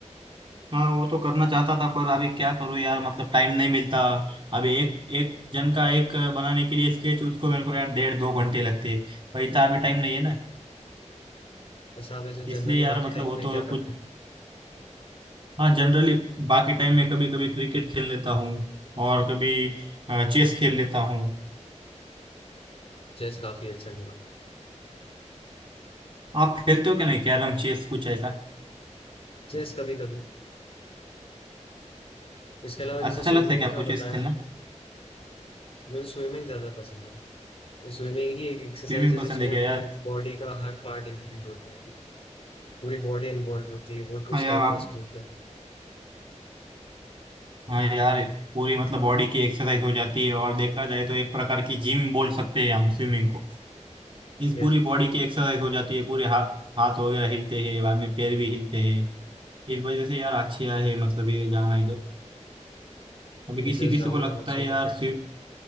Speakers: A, on the right (about 45°); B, on the left (about 50°).
A: हाँ वो तो करना चाहता था पर अभी क्या करूँ यार मतलब टाइम नहीं मिलता अभी एक एक जन का एक बनाने के लिए स्केच उसको मेरे को यार डेढ़ दो घंटे लगते हैं और इतना अभी टाइम नहीं है ना
B: अच्छा आप ऐसे जनरली
A: इसलिए यार
B: बाकी
A: मतलब
B: टाइम
A: वो
B: में
A: तो
B: क्या
A: कुछ
B: करते हो
A: हाँ जनरली बाकी टाइम में कभी कभी क्रिकेट खेल लेता हूँ और कभी चेस खेल लेता हूँ
B: चेस काफी अच्छा हुआ
A: आप खेलते हो क्या नहीं कैरम चेस कुछ ऐसा
B: चेस कभी कभी इसके अलावा जैसे
A: अच्छा
B: स्विमिंग
A: लगता है क्या आपको
B: का बताया
A: चेस खेलना
B: मुझे स्विमिंग ज्यादा पसंद है तो स्विमिंग ही एक एक्सरसाइज
A: स्विमिंग
B: है जिसमें
A: पसंद है क्या
B: अपनी
A: यार
B: बॉडी का हर पार्ट इंक्लूड होता है पूरी बॉडी इन्वॉल्व होती है वो एक
A: हाँ
B: उस
A: यार
B: टाइप
A: आप
B: का स्पोर्ट है
A: हाँ यार पूरी मतलब बॉडी की एक्सरसाइज हो जाती है और देखा जाए तो एक प्रकार की जिम बोल सकते हैं हम स्विमिंग को इस
B: यस
A: पूरी बॉडी की एक्सरसाइज हो जाती है पूरे हाथ हाथ वगैरह हिलते हैं बाद में पैर भी हिलते हैं इस वजह से यार अच्छी आए है मतलब ये जाना इधर अभी
B: अभी
A: किसी
B: जस्ट
A: किसी
B: जाऊंगा
A: को लगता
B: मैं
A: है
B: स्विमिंग
A: यार
B: करने
A: स्विम